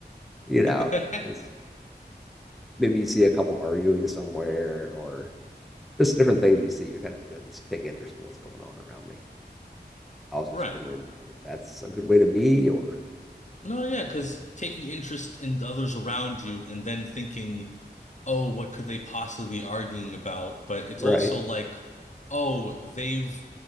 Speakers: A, in the centre; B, on the left (about 45°).
A: You know,
B: <laughs>
A: just maybe you see a couple arguing somewhere or just different things you see. You're kind of just take interest in what's going on around me. I was just
B: Right.
A: wondering if that's a good way to be or
B: No, no, yeah, because taking interest in the others around you and then thinking, oh, what could they possibly be arguing about? But it's
A: right,
B: also like, oh, they've